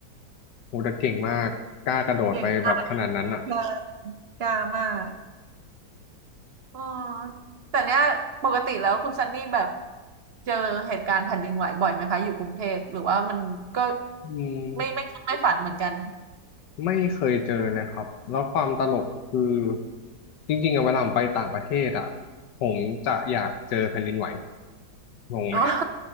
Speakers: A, on the left (about 85°); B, on the right (about 65°).
A: โหแต่เก่งมากกล้ากระโดดไปแบบขนาดนั้นอ่ะ
B: เก่งมาก <laughs> เก่งมากกล้ามาก อ๋อแต่เนี้ยปกติแล้วคุณซันนี่แบบเจอเหตุการณ์แผ่นดินไหวบ่อยไหมคะอยู่กรุงเทพหรือว่ามันก็
A: อืม
B: ไม่ไม่คิดไม่ฝันเหมือนกัน
A: ไม่เคยเจอเลยครับแล้วความตลกคือจริงๆอะเวลาผมไปต่างประเทศอ่ะผมจะอยากเจอแผ่นดินไหวงงไหม
B: <laughs> อ๋อ <laughs>